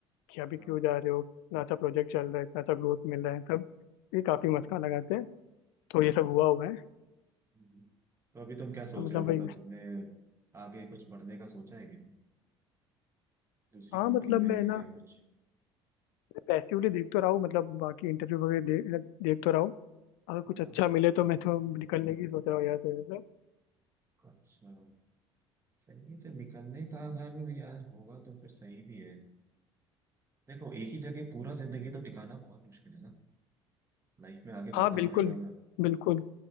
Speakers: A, on the left; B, on the right.
A: कि अभी
B: हाँ
A: क्यों जा रहे हो इतना अच्छा प्रोजेक्ट चल रहा है इतना अच्छा ग्रोथ मिल रहा है सब ये काफी मस्का
B: हम्म,
A: लगाते हैं तो ये सब हुआ हुआ है
B: हम्म। हम्म। तो अभी तुम क्या सोच
A: तो मतलब
B: रहे हो
A: वही
B: मतलब तुमने आगे कुछ बढ़ने का सोचा है क्या दूसरी
A: हाँ
B: कंपनी
A: मतलब
B: में
A: मैं ना
B: या कुछ
A: पैसिवली देख तो रहा हूँ मतलब बाकी इंटरव्यू वगैरह दे, देख तो रहा हूँ अगर कुछ
B: हाँ हाँ
A: अच्छा मिले तो मैं तो निकलने की सोच रहा हूँ यार तेरे से
B: अच्छा सही है तो निकलने का अगर यार होगा तो फिर सही भी है देखो एक ही जगह पूरा जिंदगी तो टिकाना बहुत मुश्किल है ना लाइफ में आगे
A: हाँ
B: बढ़ना
A: बिल्कुल
B: पड़ेगा
A: बिल्कुल